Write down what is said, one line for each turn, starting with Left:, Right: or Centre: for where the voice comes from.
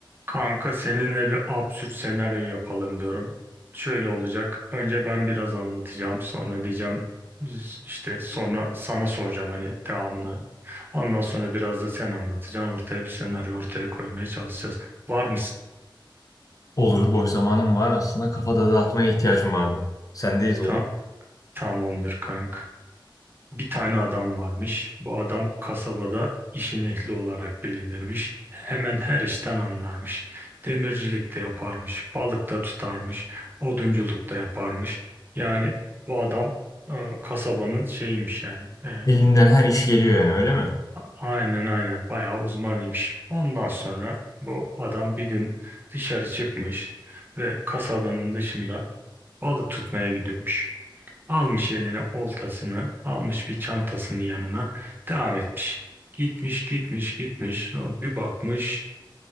Right: Kanka seninle bir absürt senaryo yapalım diyorum. Şöyle olacak. Önce ben biraz anlatacağım. Sonra diyeceğim işte sonra sana soracağım hani devamını. Ondan sonra biraz da sen anlatacaksın. Ortaya bir senaryo ortaya koymaya çalışacağız. Var mısın?
Left: Olur, boş zamanım var. Aslında kafa da dağıtmaya ihtiyacım vardı. Sendeyiz olur.
Right: Ta- tamamdır kanka. Bir tane adam varmış. Bu adam kasabada işin ehli olarak bilinirmiş. Hemen her işten anlarmış. Demircilik de yaparmış, balık da tutarmış, odunculuk da yaparmış. Yani bu adam e, kasabanın şeyiymiş yani. E,
Left: Elinden her iş geliyor yani öyle mi?
Right: aynen aynen bayağı uzmanıymış. Ondan sonra bu adam bir gün dışarı çıkmış ve kasabanın dışında balık tutmaya gidiyormuş. Almış eline oltasını, almış bir çantasını yanına, devam etmiş. Gitmiş, gitmiş, gitmiş. O Bir bakmış,